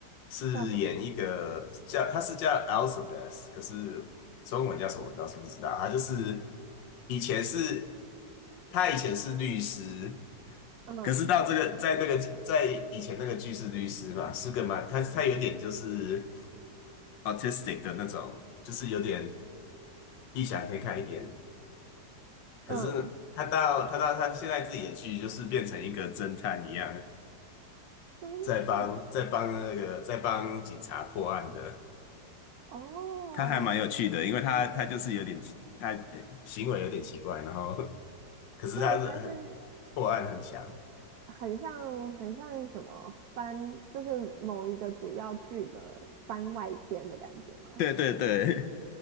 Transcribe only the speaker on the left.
是演一个叫他是叫
Elizabeth，可是中文叫什么我倒是不知道。他就是以前是。他以前是律师，
可是到这个在那个在以前那个剧是律师嘛，是个蛮他他有点就是 autistic 的那种，就是有点异想天开一点。可是他到他到他现在自己的剧就是变成一个侦探一样，
在帮在帮那个在帮警察破案的，
他还蛮有趣的，因为他他就是有点奇他呃行为有点奇怪，然后 <laughs> 可是他是破案很强。
对对对，